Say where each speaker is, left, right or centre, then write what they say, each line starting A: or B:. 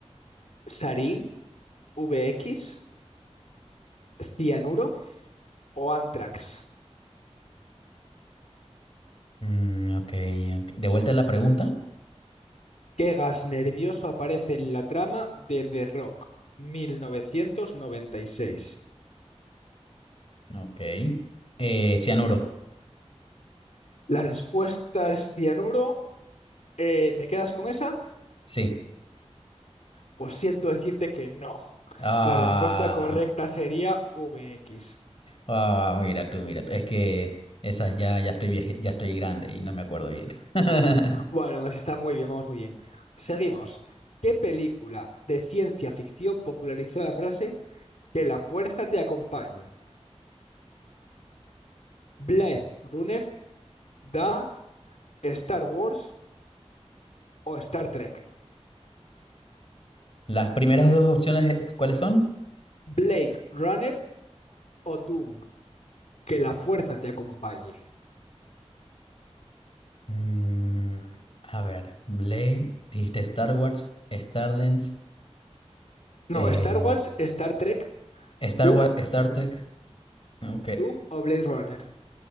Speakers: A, on the left; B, on the left.
A: ¿Sarín, V X cianuro o Anthrax.
B: Mm, ok, ok. De vuelta a la pregunta.
A: ¿Qué gas nervioso aparece en la trama de The Rock 1996?
B: Ok. Eh, cianuro,
A: La respuesta es cianuro. Eh, ¿te quedas con esa?
B: sí.
A: Pues siento decirte que no.
B: Ah,
A: La respuesta correcta sería VX.
B: ah, mira tú, mira tú. Es que esas ya, ya estoy vieje- ya estoy grande y no me acuerdo bien. <laughs>
A: Bueno, aún así está muy bien, vamos muy bien. Seguimos. ¿Qué película de ciencia ficción popularizó la frase que la fuerza te acompañe? ¿Blade Runner, Dan, Star Wars o Star Trek?
B: Las primeras dos opciones, eh, ¿cuáles son?
A: Blade Runner, o Doom, que la fuerza te acompañe.
B: Mm, a ver, Blade, dijiste Star Wars, Stardance,
A: No,
B: eh,
A: Star Wars, Star Trek,
B: Star
A: Doom,
B: Wars, Star Trek. Ok.
A: Doom o Blade Runner.